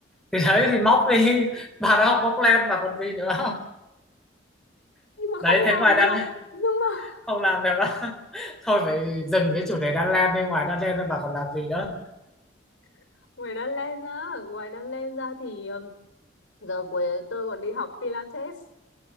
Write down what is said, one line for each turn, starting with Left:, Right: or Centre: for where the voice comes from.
Centre: thì đấy thì móc đi <laughs> bà đã học móc len mà còn gì nữa <laughs>
Left: Nhưng mà không
Centre: đấy thế
Left: làm
Centre: ngoài đan
Left: được. Nhưng mà
Centre: không làm được <laughs> á. thôi phải dừng cái chủ đề đan len đi ngoài đan len ra bà còn làm gì nữa
Left: <laughs> ngoài đan len ra, ngoài đan len ra thì um, giờ cuối tôi còn đi học Pilates.